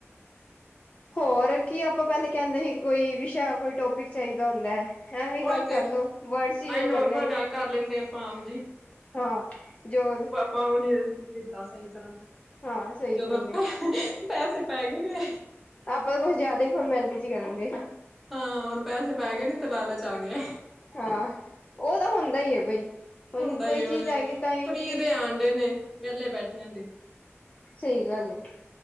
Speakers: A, on the left (about 30°); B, in the centre.
A: ਹੋਰ ਕੀ ਆਪਾਂ ਪੈਲੇ ਕੇਂਦੇ ਹੀ, ਕੋਈ ਵਿਸ਼ਾ ਕੋਈ ਟੋਪਿਕ ਚਾਈਦਾ ਹੁੰਦੈ। ਐਂਵੀ ਗਾੱਲ
B: ਉਹੀ
A: ਕਾਰਲੋ,
B: ਤੇ
A: ਵੜਸ
B: ਅਸੀਂ
A: ਈ ਈਓ
B: ਨੋਰਮਲ
A: ਕਰਨੇ ਨੇ।
B: ਗੱਲ ਕਰ ਲੈਂਦੇ ਆਪਾਂ ਆਮ
A: ਹਾਂ, ਜੋਗ
B: ਕਾੰਮ ਨੀ ਅ, ਦਿੱਤਾ ਸਈ ਤਰਾਂ।
A: ਹਾਂ ਸਹੀ
B: ਤੇ ਜਦੋਂ
A: ਗੱਲ ਏ
B: ਪ, ਪੈਸੇ ਪੈ ਗੇ ਨੇ।
A: ਆਪਾਂ ਤਾਂ ਕੋਛ ਜਾਦਾ ਈ ਫੋਰਮੈਲਿਟੀ ਜੀ ਕਰਾਂਗੇ।
B: ਹਾਂ, ਹੋਣ ਪੈਹੇ ਪੈ ਗੇਨੇ ਤੇ ਲਾਲੋ ਜਾ ਕੇ।
A: ਹਾਂ, ਓ ਤਾਂ ਹੁੰਦਾ ਈ ਏ ਬਈ। ਹੁਣ
B: ਹੁੰਦਾ
A: ਕੋਈ
B: ਈ ਐ,
A: ਚੀਜ਼
B: ਓ
A: ਆਏਗੀ ਤਾਂ ਹੀ
B: ਫ੍ਰੀ
A: ਕਿ
B: ਦੇ ਆਂਡੇ ਨੇ ਵੇਲੇ ਬੈਠੇਆਂ ਦੇ।
A: ਸਈ ਗਾੱਲ ਏ।